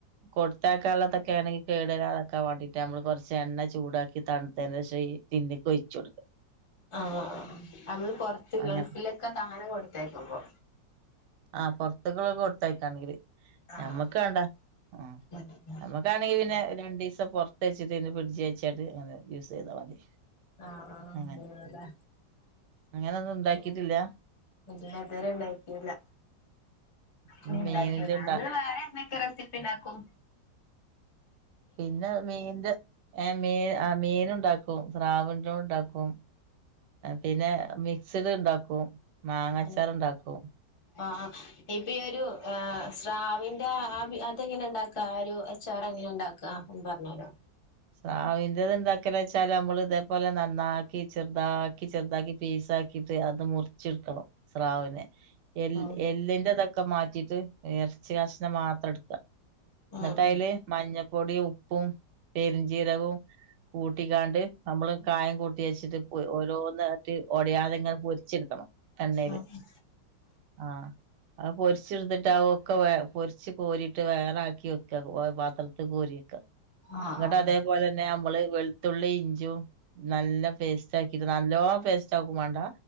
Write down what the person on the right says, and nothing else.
കൊടുത്താക്കുള്ളതൊക്കെ ആണെങ്കിൽ കേടരാതൊക്കാ വേണ്ടീട്ട് നമ്മള് കൊറച്ച് എണ്ണ ചൂടാക്കി തണുത്തേൻ ശേഷ പിന്നെക്ക് ഒയ്ച്ചോട്ക്കാ
അങ്ങനെ
ആഹ് പുറത്തുക്കളൊക്കെ കൊടുത്തയക്കാണെങ്കില്
ഞമ്മക്ക് വേണ്ട ഉം ആമ്മക്ക്
അമ്മക്കാണെങ്ക പിന്നെ രണ്ട ദിവസംറത്ത വെച്ചിട്ട്ന്നെ ഫ്രഡ്ജ അയച്ചട്ട് അനെ യൂസ് ചെയ്താൽ മതി
അങ്ങനെ
അങ്ങനൊന്നും ഉണ്ടാക്കിട്ടില്ല.
ഇനി
മീനിന്റെ ഇണ്ടാ
പിന്നെ മീന്റെ മീൻ മീൻ ഉണ്ടാക്കും ശ്രാവന്റും ഉണ്ടാക്കും പിന്നെ മിക്സഡ് ഇണ്ടാക്കും മാങ്ങച്ചാർ
ഉണ്ടാക്കും
സ്രാവിന്റത് ഉണ്ടാക്ക വെച്ചാൽ നമ്മൾ ഇതേപോലെ നന്നാക്കി ചെറുതാക്കി ചെറുതാക്കി പീസാക്കി ിട്ട് അത് മുറിച്ചെടുക്കണം സ്രാവിനെ എ
എല്ലിൻറതൊക്കെ മാറ്റിട്ട് ഇറച്ച കഷ്ണം മാത്രം എടുക്ക
എന്നിട്ട് അയ്ല്
മഞ്ഞപ്പൊടിയും ഉപ്പും പെരുഞ്ചീരവും കൂട്ടിക്കാണ്ട് നമ്മള് കായം കൂട്ടി വെച്ചിട്ട് ഓരോ നേട്ട് ഒടയാതെ ഇങ്ങനെ പൊരിച്ചെടുക്കണം എണ്ണേല്
ആഹ് അത് പൊരിച്ചെടുത്തിട്ട് അഒക്കെ വ പൊരിച്ച് കോരിട്ട് വേറെ ആക്കി വെക്ക പാത്രത്ത് കോരി വക്ക
എന്നട്ട്
അതെ അതുപോലെന്നെ നമ്മള് വെളുത്തുള്ളി ഇഞ്ചും നല്ല പേസ്റ്റ് ആക്കിട്ട് നല്ലോ പേസ്റ്റ് ആക്കും വേണ്ട